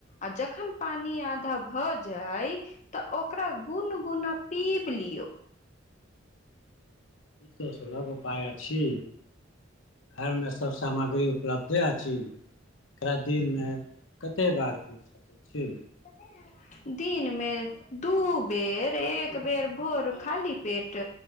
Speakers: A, on the left (about 40°); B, on the left (about 70°).
A: आ जखन पानी आधा भऽ जाय। तऽ ओकरा गुन गुना पीब लियो।
B: ई तऽ सुलम उपाय अछी। एमे सब सामग्री उपलब्धे अछि। एकरा दिन मे कते बार पी सकै छी।
A: कते ने दिनमे दू बेर एक बेर भोर खाली पेट